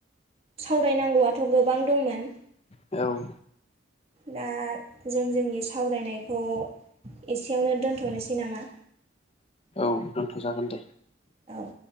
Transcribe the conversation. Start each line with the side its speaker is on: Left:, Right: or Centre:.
Right: सावरायनांगौआथ' गोबां दंमोन
Left: औ
Right: दा जों जोंनि सावरायनायखौ एसेयावनो दोनथ'नोसै नामा?
Left: औव दोनथ'जागोन दे।
Right: औ